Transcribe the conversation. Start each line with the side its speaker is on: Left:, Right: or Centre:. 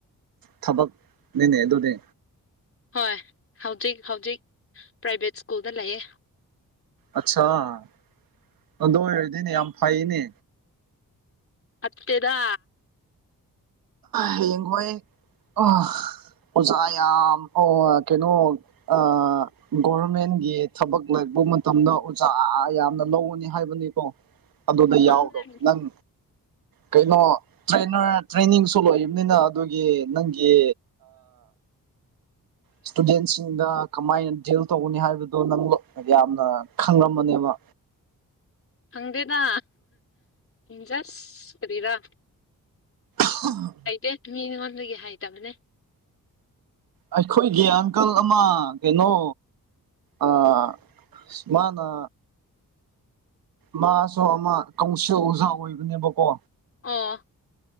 Right: ꯊꯕꯛꯅꯤꯅꯦ ꯑꯗꯨꯅꯦ
Left: ꯍꯣꯏ ꯍꯧꯖꯤꯛ ꯍꯧꯖꯤꯛ ꯄ꯭ꯔꯥꯏꯚꯦꯠ ꯁ꯭ꯀꯨꯜꯗ ꯂꯩꯌꯦ
Right: ꯑꯆꯥꯗꯣꯗꯤꯅꯦ ꯌꯥꯝ ꯐꯅꯦ
Left: ꯑꯠꯇꯩꯗ
Right: ꯍꯌꯦꯡꯈꯣꯏ ꯑꯣꯖꯥ ꯌꯥꯝ ꯑꯣ ꯀꯩꯅꯣ ꯑ ꯒꯣꯚꯔꯃꯦꯟꯒꯤ ꯊꯕꯛ ꯂꯔꯛꯄ ꯃꯇꯝꯗ ꯑꯣꯖꯥ ꯌꯥꯝꯅ ꯂꯧꯒꯅꯤ ꯍꯥꯏꯕꯅꯤꯀꯣ ꯑꯗꯨꯗ
Left: ꯈꯪꯗꯦ
Right: ꯌꯥꯎꯔꯣ ꯅꯪ ꯀꯩꯅꯣ ꯇ꯭ꯔꯦꯅꯔ ꯇ꯭ꯔꯦꯅꯤꯡꯁꯨ ꯂꯣꯏꯕꯅꯤꯅ ꯑꯗꯨꯒꯤ ꯅꯪꯒꯤ ꯏꯁꯇꯨꯗꯦꯟꯁꯤꯡꯗ ꯀꯃꯥꯏꯅ ꯗꯤꯜ ꯇꯧꯒꯅꯤ ꯍꯥꯏꯕꯗꯣ ꯅꯪ ꯌꯥꯝꯅ ꯈꯪꯂꯝꯝꯕꯅꯦꯕ
Left: ꯈꯪꯗꯦꯗ ꯖꯁ ꯀꯔꯤꯔꯥ
Right: ꯍ
Left: ꯑꯥꯏꯗꯦ ꯇꯃꯤꯣꯟꯒꯦ ꯍꯥꯏ ꯇ ꯃꯅꯦ
Right: ꯑꯩꯈꯣꯏꯒꯤ ꯑꯪꯀꯜ ꯑꯃ ꯀꯩꯅꯣ ꯑ ꯁ ꯃꯥꯅ ꯃꯥꯁꯨ ꯑꯃ ꯀꯁꯤ ꯎꯖꯥ ꯑꯣꯏꯕꯅꯦꯕꯀꯣ
Left: ꯑꯣ